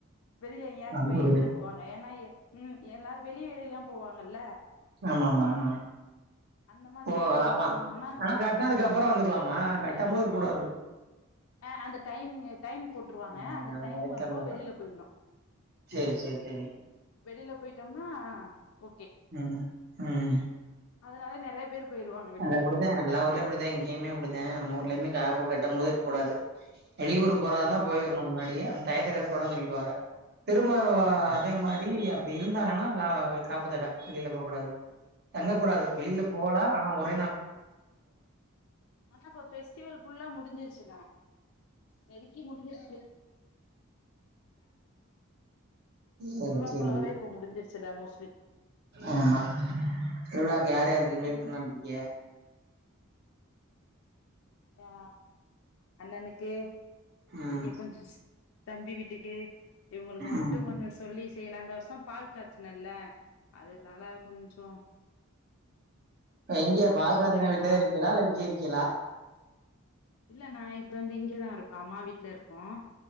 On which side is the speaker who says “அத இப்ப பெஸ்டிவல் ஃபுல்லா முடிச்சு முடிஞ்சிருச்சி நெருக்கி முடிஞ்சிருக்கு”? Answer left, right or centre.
Left